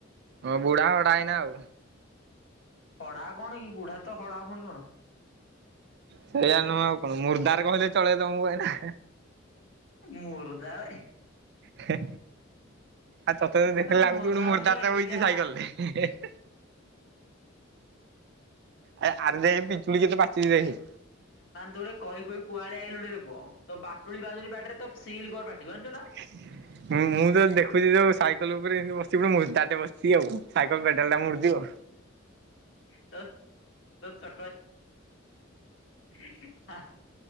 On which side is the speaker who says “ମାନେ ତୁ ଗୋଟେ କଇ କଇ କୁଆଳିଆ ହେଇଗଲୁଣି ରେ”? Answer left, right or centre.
Left